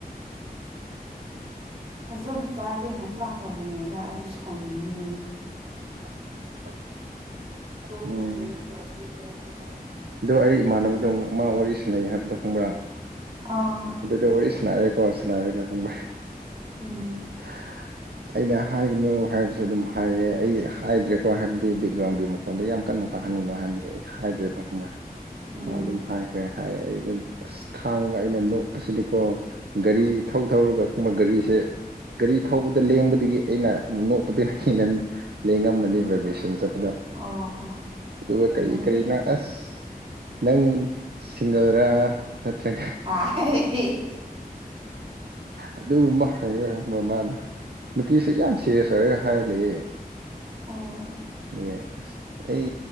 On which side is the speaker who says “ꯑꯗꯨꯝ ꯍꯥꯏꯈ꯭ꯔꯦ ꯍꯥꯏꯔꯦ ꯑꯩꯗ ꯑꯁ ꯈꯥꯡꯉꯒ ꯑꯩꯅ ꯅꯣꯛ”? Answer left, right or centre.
Right